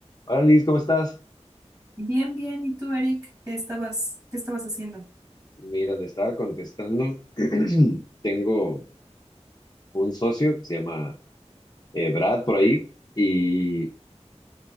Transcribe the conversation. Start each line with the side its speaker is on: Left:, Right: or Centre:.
Left: Hola Liz, ¿cómo estás?
Right: Bien, bien. ¿Y tú, Eric? ¿Qué estabas, qué estabas haciendo?
Left: Mira, le estaba contestando. <clears throat> Tengo un socio que se llama eh, Brad por ahí y